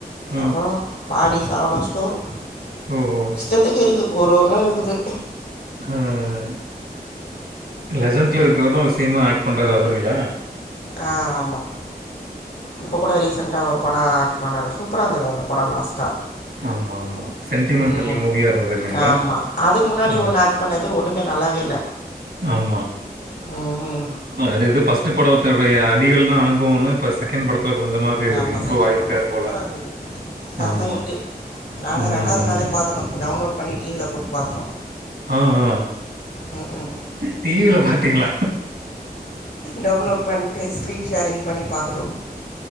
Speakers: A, on the right; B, on the left.
A: ம்.
B: அப்பற பாடி சரவணா ஸ்டோர்
A: ஓஓ
B: இஷ்டத்துக்கு இருக்கு கொரு ஒன்னு இருக்குது
A: ம் லெசன்ட்ல இருக்குறது சினிமா ஆக்ட் பண்றாரு அவருங்ளா
B: ஆ ஆமா இப்ப கூட ரீசெண்டாக ஒரு‌பட ஆக்ட் பண்ணார் சூப்பராந்துதுரா அந்த படம் லாஸ்ட்டா
A: ஆமா, ஆமா. சென்டிமெண்டல்
B: ம்
A: மூவியா இருந்தது இல்லைங்களா?
B: ஆமா அதுக்கு முன்னாடி
A: ஆ.
B: ஒன்னு ஆக் பண்ணது ஒன்னுமே நல்லாவே இல்ல
A: ஆமா
B: ம்ஹ்ம்.
A: அது இது பஸ்ட் படத்தவுடைய அடிகள் தா அனுபவனு இப்ப ‌செக் செகண்ட் படத்துல கொஞ்சமாது
B: ஆமா
A: இம்ப்ரூவ்
B: செகண்ட்
A: ஆயிருக்கார்
B: படம் சூப்பரா
A: போல
B: இருந்தது. செம்ம
A: ஆமா
B: ஹிட்டு. நாங்க
A: ம்.
B: ரெண்டாவது நாளே பாத்துட்டோ டவுன்லோட்‌ பண்ணி டி வி ல போட்டு பாத்துட்டோ
A: ஆஹா
B: ம் ம்
A: டி வி ல பாத்தீங்ளா
B: டவுன்லோட் பண்ட்டு ஸ்க்ரீன் ஷேரிங் பண்ணி பாத்துட்டோ